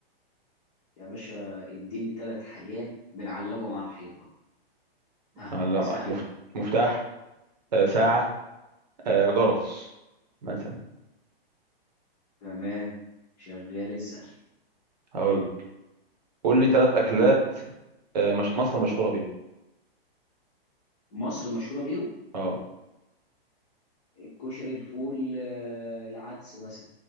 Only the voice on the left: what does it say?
يا باشا اديني ثلاث حاجات بنعلقهم على الحيطة ها
سهلة
أهو
تمام شغال اسأل
مصر مشهورة بيهم
الكشري الفول آه، العدس مثلا